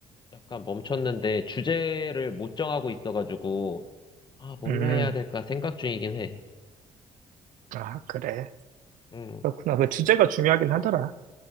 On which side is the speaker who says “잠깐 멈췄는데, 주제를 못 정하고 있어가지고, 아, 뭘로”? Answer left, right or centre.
Left